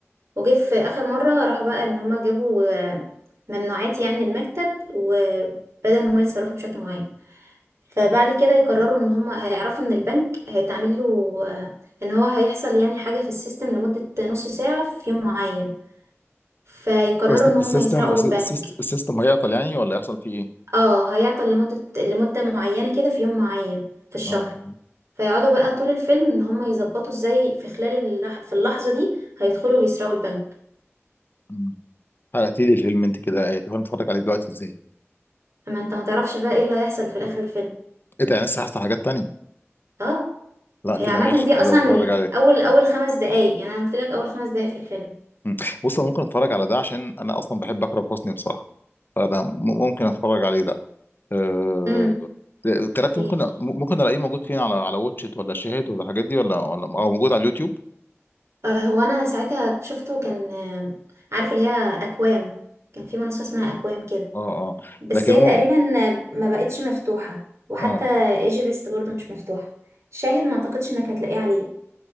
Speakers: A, on the right; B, on the left.
A: وجه في اخر مره راحوا بقى ان هما جابوا آه، ممنوعات يعني المكتب وبدأ ان هما يتصرفوا بشكل معين فبعد كده يقرروا ان هما هيعرفوا ان البنك هيتعمل له آه، ان هو هيحصل يعني حاجه في السيستم لمده نص ساعه في يوم معين فيقرروا
B: قصدك
A: ان هما
B: السيستم
A: يسرقوا
B: السيست-
A: البنك
B: السيستم هيعطل يعني ولا يحصل فيه ايه؟
A: اه هيعطل لمده لمده معينه كده في يوم معين في الشهر
B: اه طبعا
A: فيقعدوا بقى طول الفيلم ان هما يظبطوا ازاي في خلال اللح... في اللحظه دي هيدخلوا ويسرقوا البنك
B: مم. حرقتي لي الفيلم انت كده ايه طب انا اتفرج عليه دلوقتي ازاي؟
A: اما انت ما تعرفش بقى ايه اللي هيحصل في الاخر الفيلم
B: ايه ده يعني لسه هحصل حاجات تانية؟
A: اه
B: لا
A: هي
B: كده
A: عامة
B: ماشي
A: دي أصلا
B: كده اتفرج عليه
A: أول أول خمس دقايق يعني أنا قلت لك أول خمس دقايق في الفيلم
B: مم. بص انا ممكن اتفرج على ده عشان انا اصلا بحب اكرم حسني بصراحة فده م- ممكن اتفرج عليه ده آه،
A: امم
B: التلاتة
A: إيه.
B: ممكن م- ممكن الاقيه موجود فين على على واتشت ولا شاهد ولا الحاجات دي ولا ولا او موجود على اليوتيوب
A: آه، هو أنا ساعتها شفته كان آه، عارف اللي هي أكوام كان في منصة اسمها أكوام كده
B: اه اه
A: بس
B: لكن
A: هي
B: هو-
A: تقريبا آه، ما بقتش مفتوحة وحتى
B: اه
A: ايجي بيست برضه مش مفتوحة شاهد ما أعتقدش إنك هتلاقيه عليه